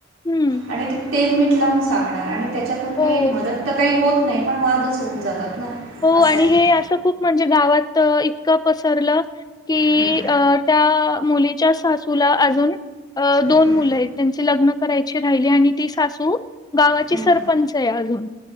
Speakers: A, on the left (about 20°); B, on the right (about 85°).
A: हं.
B: आणि ते तेल, मीठ लावून सांगणार आणि त्याच्यातून
A: हो,
B: काही मदत तर काही होत नाही पण वादच होऊन जातात. ना
A: हो
B: असं
A: आणि
B: आहे
A: हे असं खूप म्हणजे गावात इतकं पसरलं कि
B: हं,
A: अ त्या मुलीच्या सासूला अजून दोन
B: हं,
A: मुलं आहेत त्यां चे लग्न करायच राहिली आणि ती सासू गावाची
B: हं.
A: सरपंच आहे अजून